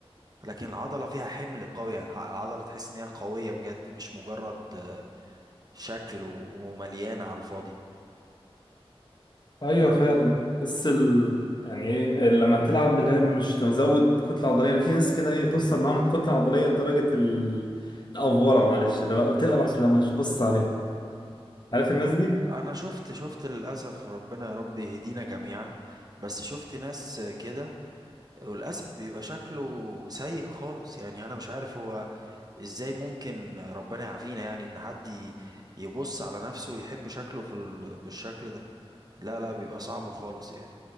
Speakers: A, on the right; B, on the left.
A: لكن العضلة فيها حمل قوي يعني الع- العضلة تحس ان هي قوية بجد مش مجرد آه، شكل و- ومليانة على الفاضي
B: ايوه
A: ده
B: فعلا بس ال... يعني ايه لما تلعب اللي هي مش مزود كتله عضليه في ناس كده ايه توصل معاهم كتله عضليه لدرجه ال... الافوره معلش اللي هو تقرف لما تبص عليه عارف الناس دي
A: انا شفت شفت للأسف ربنا يا رب يهدينا جميعا بس شفت ناس آه، كده وللأسف بيبقى شكله سيء خالص يعني انا مش عارف هو ازاي ممكن ربنا يعافينا يعني ان حد ي- يبص على نفسه ويحب شكله في ال... بالشكل ده لا لا بيبقى صعب خالص يعني